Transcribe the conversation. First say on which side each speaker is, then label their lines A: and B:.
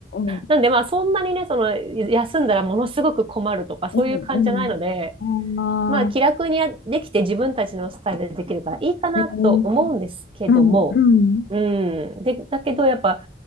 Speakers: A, on the left; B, on the right.
A: ん、うん、
B: なんでまあそんなにね、その休んだらものすごく困るとかそういう感じじゃないので、
A: うんうん。ああ、
B: まあ、気楽にやできて自分たちのスタイルでできるからいいかなと思うんですけども、
A: えー、うん、うん、
B: うん。で、だけどやっぱ